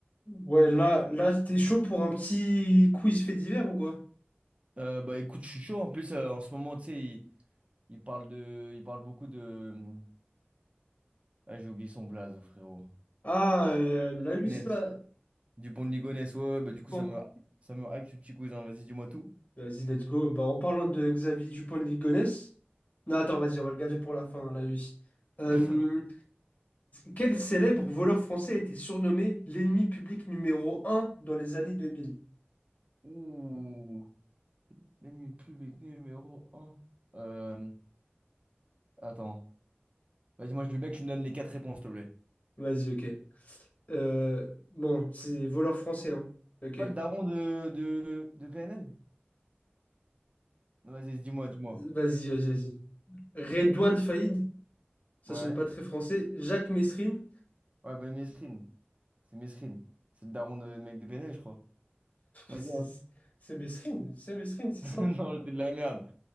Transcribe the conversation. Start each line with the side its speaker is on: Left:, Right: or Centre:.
Left: Ouais, là, là, t'es chaud pour un petit quiz fait divers ou quoi?
Right: Euh, bah écoute, je suis chaud. En plus, euh, en ce moment, tu sais, il, il parle de, il parle beaucoup de. hum, Ah, j'ai oublié son blaze, frérot.
Left: Ah, euh, la Luis,
Right: Younes.
Left: là.
Right: Du pont de Ligonnès, ouais, ouais, bah du coup,
Left: Bon,
Right: ça me, ça me hype ce petit cousin. Vas-y, dis-moi tout.
Left: vas-y, let's go. Bah, en parlant de Xavier Dupont de Ligonnès. Non, attends, vas-y, on va le garder pour la fin, la Luis. Euh,
Right: <laughs>
Left: quel célèbre voleur français a été surnommé l'ennemi public numéro un dans les années 2000?
Right: Ouh, l'ennemi public numéro un Euh, attends. Vas-y, moi, je veux bien que tu me donnes les quatre réponses, s'il te plaît.
Left: Vas-y, ok. Euh, bon, c'est voleur français, hein. Ok.
Right: Pas le daron de, de, de PNL? Non, vas-y, dis-moi, dis-moi.
Left: Vas-y, vas-y, vas-y. Redouane Faïd, ça
Right: Ouais.
Left: sonne pas très français. Jacques Messrine,
Right: Ouais, bah Mesrine. C'est Mesrine. C'est le daron de, de mec de PNL, je crois. Vas-y.
Left: C'est
Right: hein.
Left: c'est Mesrine, c'est Mesrine, c'est
Right: <laughs>
Left: ça.
Right: Non, c'est de la merde.